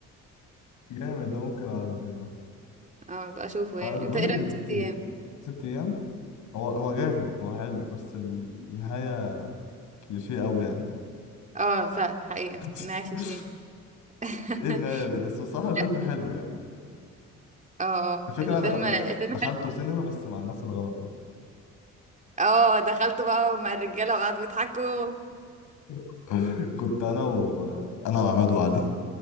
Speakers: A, on the left; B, on the right.
A: جامد ده ممكن اقعد اه
B: اه بقى اشوفه
A: ما
B: يعني
A: انا
B: انت
A: بقول
B: ايه
A: لك
B: رايك
A: ال-
B: في ست
A: ال-
B: ايام
A: ست ايام هو هو جامد هو حلو بس النهايه كليشيه قوي يعني
B: اه فعلا حقيقه
A: <laughs>
B: معاك في شيء <laughs>
A: ايه النهاية دي بس بصراحة الفيلم
B: لا
A: حلو يعني
B: اه آه.
A: الفكرة
B: الفيلم
A: انا دخ... د-
B: الفيلم
A: دخلته
B: حلو
A: سينما بس مع الناس الغلط يعني
B: اه دخلت بقى مع الرجاله وقعدوا يضحكوا
A: <laughs> كنت انا و انا وعماد وعلي